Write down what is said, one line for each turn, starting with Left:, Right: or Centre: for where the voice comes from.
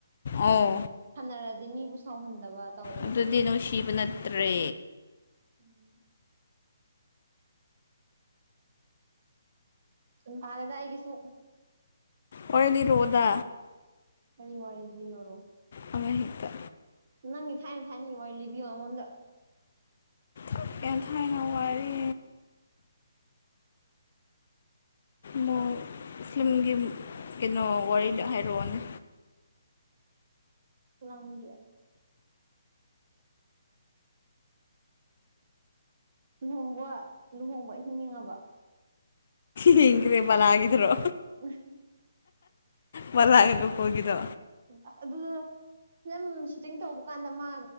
Left: ꯑꯣ
Right: ꯈꯅꯔꯗꯤ ꯃꯤꯕꯨ ꯁꯥꯎꯍꯟꯗꯕ ꯇꯧꯋꯦꯕ
Left: ꯑꯗꯨꯗꯤ ꯅꯨꯡꯁꯤꯕ ꯅꯠꯇ꯭ꯔꯦ
Right: ꯎꯝ ꯗꯨꯝ ꯐꯥꯔꯦꯗ ꯑꯩꯒꯤꯁꯨꯨ
Left: ꯑꯣꯏꯗꯤꯔꯣꯗ
Right: ꯑꯩꯪ ꯋꯥꯔꯤ ꯂꯤꯌꯣꯔꯣ
Left: ꯑꯃ ꯍꯦꯛꯇ
Right: ꯅꯪꯒꯤ ꯊꯥꯏꯅ -ꯊꯥꯏꯅ ꯋꯥꯔꯤ ꯂꯤꯕꯤꯌꯣꯉꯣꯟꯗ
Left: ꯑꯦꯟꯊꯥꯏꯅ ꯊꯥꯏꯅ ꯋꯥꯔꯤ ꯃ ꯐꯤꯂꯝꯒꯤ ꯀꯩꯅꯣ ꯋꯥꯔꯤꯗꯣ ꯍꯥꯏꯔꯛꯑꯣꯅꯦ
Right: ꯂꯝꯒꯦ ꯂꯨꯍꯣꯡꯕ- ꯂꯨꯍꯣꯡꯕ ꯑꯍꯤꯡ ꯌꯦꯡꯉꯕ
Left: ꯌꯦꯡꯈ꯭ꯔꯦ ꯕꯂꯥꯒꯤꯗꯨꯔꯣ
Right: ꯎꯍ <unintelligible>
Left: ꯕꯂꯥꯒ ꯒꯣꯀꯨꯜꯒꯤꯗꯣ
Right: ꯑꯁ ꯑꯗꯨꯋꯣ ꯐꯤꯂꯝ ꯁꯨꯇꯤꯡ ꯇꯧꯕ ꯀꯥꯟꯗ ꯃꯥ